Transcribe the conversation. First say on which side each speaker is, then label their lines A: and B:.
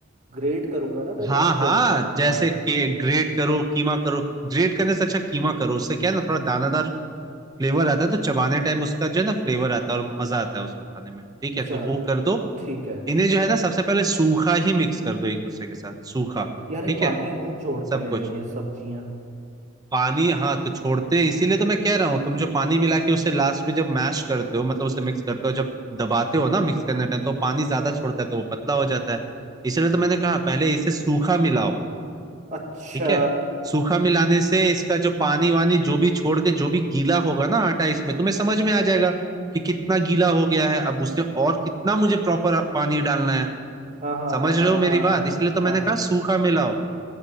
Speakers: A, on the right; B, on the right.
A: ग्रेट करूंगा ना पहले
B: हाँ
A: इनको
B: हाँ
A: हाँ
B: जैसे के ग्रेट करो कीमा करो ग्रेट करने से अच्छा कीमा करो उससे क्या है ना थोड़ा दानादार फ्लेवर आता है तो चबाने टाइम उसका जो है ना फ्लेवर आता है और मजा आता है उसको खाने में ठीक
A: अच्छा
B: है तो वो
A: त-
B: कर दो
A: ठीक है
B: इन्हें जो है ना सबसे पहले सूखा ही मिक्स कर दो एक दूसरे के साथ सूखा
A: यार ये
B: ठीक
A: पानी
B: है
A: बहुत छोड़ते
B: सब
A: हैं
B: कुछ
A: ये सब्जियां
B: पानी हाँ तो छोड़ते हैं, इसीलिए तो मैं कह रहा हूँ तुम जो पानी मिला के उसे लास्ट में जब मैश करते हो मतलब उसे मिक्स करते हो जब दबाते हो ना मिक्स करने टाइम तो पानी ज्यादा छोड़ता है तो वो पतला हो जाता है इसलिए तो मैंने कहा पहले इसे सूखा मिलाओ
A: अच्छा
B: ठीक है सूखा मिलाने से इसका जो पानी वानी जो भी छोड़ के जो भी गीला होगा ना आटा इसमें तुम्हें समझ में आ जाएगा कि कितना गीला हो गया है अब उसने और कितना मुझे प्रॉपर पानी डालना है
A: हाँ हाँ
B: समझ
A: हाँ
B: रहे
A: हाँ
B: हो
A: हाँ
B: मेरी बात
A: हाँ
B: इसलिए तो मैंने
A: हाँ
B: कहा सूखा मिलाओ